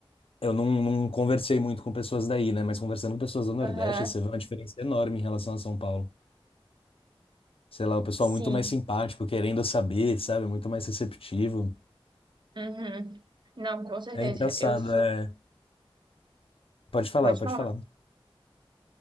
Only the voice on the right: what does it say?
aham,
sim.
uhum. Não, com certeza.
Eu fui,
pode
falar.